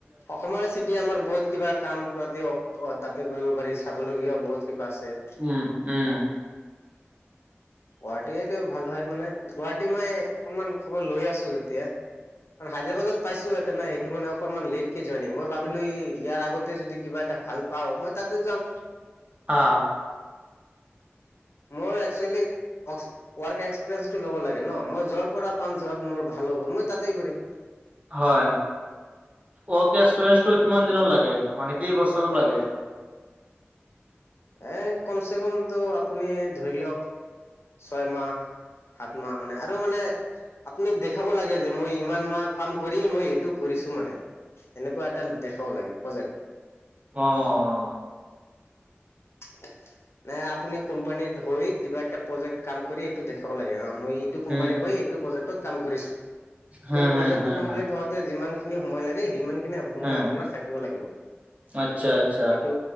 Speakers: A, on the left; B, on the right.
A: অসমৰে চিটি আমাৰ বহুত কিবা কাম তাতি অহ, তাতে কৰিব পাৰি, চাবলগীয়া বহুত কিবা আছে।
B: উম উম।
A: গুৱাহাটীয়েটো ভাল হয়, মানে গুৱাহাটী মই অকনমান খবৰ লৈ আছো এতিয়া। হায়দৰাবাদত পাইছোঁ, এতে নাই সেইটো মানে অস অকণমান লেটকে জইনিং, মই ভাবিলো ইয়াৰ আগতে যদি কিবা এটা ভাল পাওঁ মই তাতে যাম।
B: আহ'।
A: মই একচুৱেলি। ৱৰ্ক এক্সপিৰিয়েঞ্চটো ল'ব লাগে ন, মই যৰ পৰা পাম যত মোৰ ভাল হ'ব মই তাতেই কৰিম।
B: হয়। ৱৰ্ক এক্সপিৰিয়ে কিমান দিনৰত লাগে, মানে কেইবছৰ লাগে।
A: এ কমচে কমটো আপুনি ধৰি লওঁক ছয়মাহ, সাত তোমাৰ মানে আৰু মানে আপুনি দেখাব লাগে যে মই ইমান মাহ কাম কৰি, মই এইটো কৰিছো মানে এনেকুৱা এটা দেখাব। ক'ব লাগে প্ৰজেক।
B: অহ'।
A: <inaudible> নাই আপুনি কোম্পানী হৈ, কিবা এটা প্ৰজেক্ট কাম কৰি এইটো দেখাব লাগে অহ। মই এইটো কোম্পানী
B: উম
A: হৈ এইটো প্ৰজেক্টত কাম কৰিছোঁ।
B: হম
A: ত' প্ৰজেক্টটো
B: হম হম
A: কমপ্লিট
B: হম।
A: হোৱাতে, যিমান সময় লাগে সিমান সময়
B: উম
A: আপোনাৰ থাকিব লাগিব।
B: আচ্ছা। আচ্ছা।
A: সেইটো